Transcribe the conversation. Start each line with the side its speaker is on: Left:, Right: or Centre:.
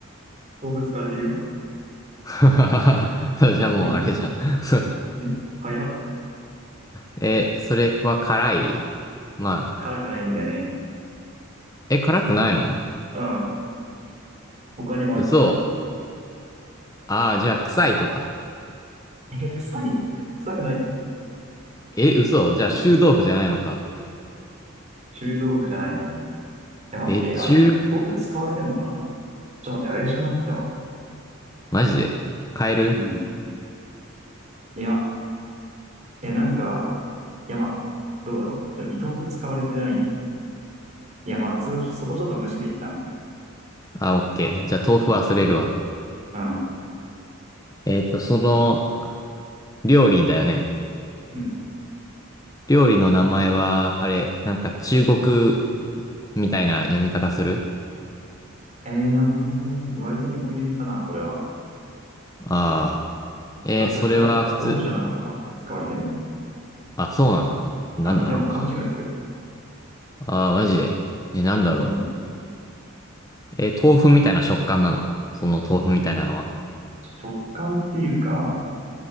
Right: 豆腐使われてるよ。
Left: <laughs> じゃあもうあれじゃん
Right: え
Left: <laughs>
Right: え早っ。
Left: え、それは辛いまあ。
Right: 辛くないんだよね。
Left: え、辛くないの
Right: うん。他にもあるから。
Left: 嘘。ああ、じゃあ臭いとか。
Right: え、臭い臭くないよ。
Left: え、嘘。じゃあ臭豆腐じゃないのか。
Right: 臭豆腐じゃないね。え、待って、
Left: え、中、
Right: あれ豆腐使われてんのかなちょっと待って、怪しくなってきたわ。
Left: マジで買える
Right: うん。いや、え、なんか、いや、まあ、どうだろう。ちょ、豆腐使われてない。いや、まあ、そ、そこちょっと無視で一旦。
Left: あ、オッケー。じゃあ豆腐忘れるわ。
Right: うん。
Left: えっと、その、料理だよね。
Right: うん。
Left: 料理の名前は、あれ、なんか中国みたいな読み方する
Right: えー、割と日本読みかな、これは。
Left: ああ
Right: うんあ、
Left: ー。えーそれは普通、
Right: てか調べたら豆腐じゃなかったわ。使われてんの。
Left: あ、そうなん、なんだろう。
Right: うん、でも勘違いする。
Left: ああ、マジで。え、なんだろう。
Right: うん。
Left: えー豆腐みたいな食感なの。その豆腐みたいなのは。
Right: 食感っていうか、